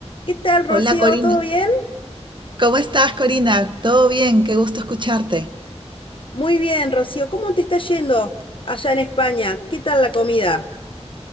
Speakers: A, on the left; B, on the right.
A: ¿Qué tal, Rocío?
B: Hola Corina,
A: ¿Todo bien?
B: ¿cómo estás Corina? ¿Todo bien? Qué gusto escucharte.
A: Muy bien, Rocío. ¿Cómo te está yendo allá en España? ¿Qué tal la comida?